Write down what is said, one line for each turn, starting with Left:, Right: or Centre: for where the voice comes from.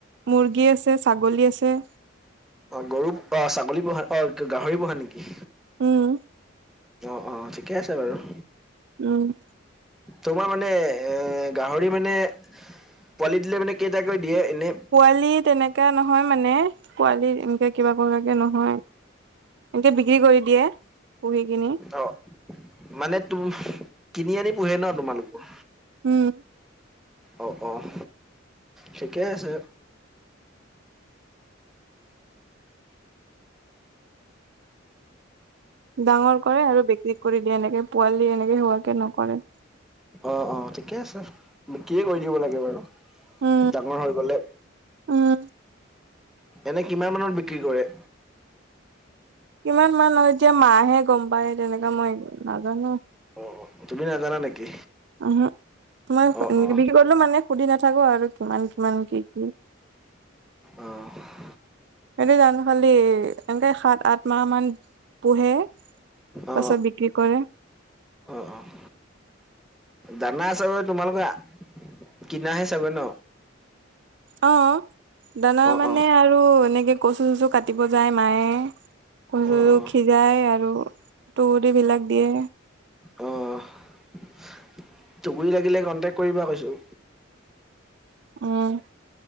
Right: মুৰ্গী আছে, ছাগলী আছে।
Centre: অ' গৰু আহ ছাগলী পোহা অ গাহৰি পোহা নেকি?
Right: উম,
Centre: অ' অ' ঠিকে আছে বাৰু।
Right: উম'
Centre: তোমাৰ মানে এ গাহৰি মানে পোৱালি দিলে মানে কেইটাকৈ দিয়ে এনেই।
Right: পোৱালি তেনেকা নহয় মানে। পোৱালি এনেকে কিবা কৰিবাকে নহয়। এনেকে বিক্ৰী কৰি দিয়ে। পুহি কিনি।
Centre: অ' মানে তুম কিনি আনি পোহে ন তোমালোকৰ?
Right: উম্।
Centre: অ' অ' ঠিকে আছে।
Right: ডাঙৰ কৰে আৰু বিক্ৰী কৰি দিয়ে, এনেকে পোৱালি এনেকে হোৱাকে নকৰে।
Centre: অ' অ' ঠিকে আছে বিক্ৰীয়ে কৰি দিব লাগে বাৰু।
Right: উম,
Centre: ডাঙৰ হৈ গ'লে।
Right: উম,
Centre: এনেই কিমান মানত বিক্ৰী কৰে?
Right: কিমান মান লয় এতিয়া মাইহে গম পায় তেনেকুৱা মই নাজানো।
Centre: অ' তুমি নাজানা নেকি?
Right: উহ। মই বিক্ৰী
Centre: অ অ
Right: কৰিলেও মানে সুধি নাথাকো আৰু কিমান কিমান কি কি?
Centre: আহ।
Right: সেইটো জানো খালি এনেকে সাত, আঠ মাহ মান পোহে তাৰ
Centre: অ
Right: পিছত বিক্ৰী কৰে।
Centre: অ' অ'। দানা চাগৈ তোমালোকৰ কিনাহে চাগৈ ন?
Right: অ' দানা
Centre: অ
Right: মানে
Centre: অ
Right: আৰু এনেকে কচু -চচু কাটিব যায় মাইয়ে কচু
Centre: অ অ
Right: সিজাই আৰু তুহ <unintelligible> বিলাক দিয়ে।
Centre: অ' তুহ গুৰি লাগিলে কন্টেক কৰিবা কৈছো।
Right: উম্